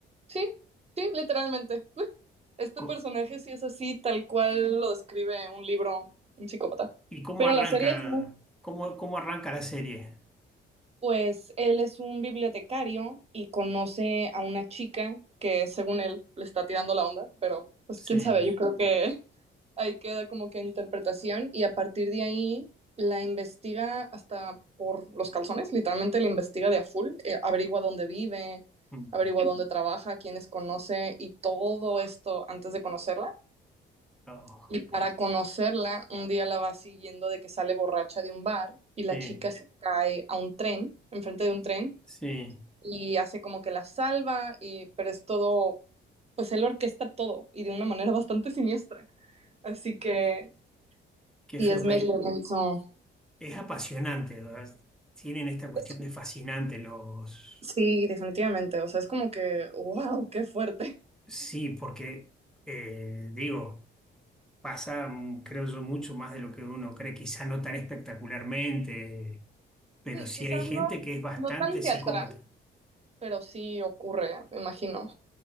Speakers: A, on the right; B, in the centre.
A: Sí, sí, literalmente. <laughs> Este
B: Co-
A: personaje sí es así, tal cual lo describe un libro, un psicópata.
B: ¿Y cómo
A: Pero
B: arranca,
A: la serie
B: cómo, cómo arranca la serie?
A: Pues él es un bibliotecario y conoce a una chica que según él le está tirando la onda, pero pues
B: Sí.
A: quién sabe, yo creo que <laughs> ahí queda como que interpretación y a partir de ahí la investiga hasta por los calzones, literalmente la investiga de a full, eh, averigua dónde vive,
B: Mm.
A: averigua dónde trabaja, quiénes conoce y todo esto antes de conocerla.
B: Oh,
A: Y para conocerla, un día la va siguiendo de que sale borracha de un bar y la
B: sí.
A: chica se cae a un tren, enfrente de un tren,
B: Sí,
A: y hace como que la salva, y, pero es todo, pues él orquesta todo y de una manera <laughs> bastante siniestra. Así que
B: qué
A: sí,
B: feo.
A: es
B: pe-
A: medio denso.
B: Es apasionante, ¿verdad? Tienen esta cuestión
A: Es-
B: de fascinante los...
A: Sí, definitivamente. O sea, es como que, wow, qué fuerte.
B: Sí, porque, eh, digo, pasa, mm, creo yo, mucho más de lo que uno cree, quizá no tan espectacularmente, pero
A: Sí,
B: sí
A: quizás
B: hay gente
A: no,
B: que es bastante
A: no tan teatral,
B: psicópata.
A: pero sí ocurre, me imagino.